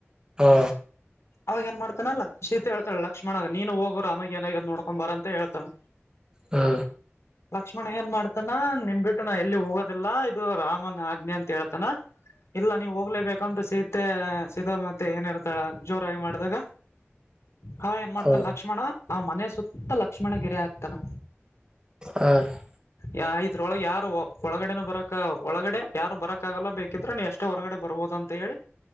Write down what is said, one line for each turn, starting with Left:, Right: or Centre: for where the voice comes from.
Right: ಹಾ
Left: ಅವಾಗ ಏನ್ ಮಾಡ್ತಾನಲ್ಲ ಶೀತೆ ಹೇತಾಳ ಲಕ್ಷ್ಮಣಗ ನೀನು ಹೋಗೋರು ಆಮಗ ನ ನೋಡ್ಕೊ ಬರಂತ ಅಂತ ಹೇಳ್ತಾನ
Right: ಹಾ
Left: ಲಕ್ಷ್ಮಣ ಏನ್ ಮಾಡ್ತಾನ ನಿನ್ ಬಿಟ್ಟು ನಾ ಎಲ್ಲಿ ಹೋಗೋದಿಲ್ಲ ಇದು ರಾಮನ್ ಆಗ್ಅಂತ ಹೇಳ್ತಾನ ಇಲ್ಲ ನೀವ್ ಹೋಗ್ಲೇಬೇಕಂತ ಸೀತೆ ಸೀತಾ ಮತ್ತೆ ಏನಿರ್ತಾಳ ಜೋರಾಗಿ ಮಾಡಿದಾಗ ಹ್ ಏ ಮಾಡತನ್
Right: ಹ್ಮ್
Left: ಲಕ್ಷ್ಮಣ ಆ ಮನೆ ಸುತ್ತಲಕ್ಕ ಲಕ್ಷ್ಮಣಗೆರ ತನು
Right: ಹ ಹ್ಮ
Left: ಯಾ ಇದ್ರೊಳಗೆ ಯಾರು ಒಳಗಡೆನ ಬರಕ್ ಒಳಗಡೆ ಯಾರು ಬರಕ್ ಆಗಲ್ಲ ಬೇಕಿದ್ರ ನೀ ಅಷ್ಟೇ ಹೊರಗಡೆ ಬರ್ಬೋದಂತ ಹೇಳಿ